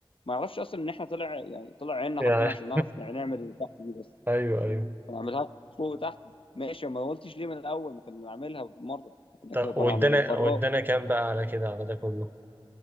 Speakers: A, on the left; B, on the right.
A: ما اعرفش اصلا ان احنا طلع يعني طلع عيننا
B: يعني
A: حرفيا عشان نعرف نعمل اللي تحت دي بس
B: ايوه ايوه
A: هنعملها فوق وتحت ماشي ما قلتش ليه من الاول ما كنا نعملها مره كنا
B: طب
A: كده كنا
B: وادانا
A: عند الخراط
B: وادانا كام بقى على كده على ده كله